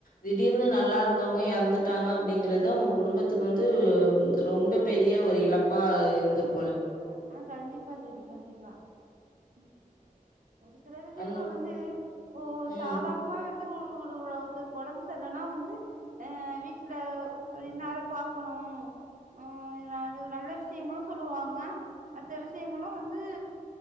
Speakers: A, on the left; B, on the right.
A: திடீர்னு நல்லாருந்தவங்க எறந்துட்டாங்க அப்டிங்கறத அவ்ங்க குடும்பத்துக்கு வந்து ரொம்ப பெரிய ஒரு இழப்பா இருந்திரு
B: அ ஆ கண்டிப்பா தோழி கண்டிப்பா ம் ஒரு சில விசயங்கள்
A: அந்
B: வந்து ஒரு
A: ம்
B: சாதார்ணமாவே வந்து ஒரு ஒரு ஒரு ஒருத்தர்க் கொடம் செர்ல னா வந்து ஆ வீட் சிலர் ரின்னால பாக்குணு ம் அது ஒரு நல்ல விஷ்யங்களு சொல்லுவாங் க மத்த விசயங்களு வந்து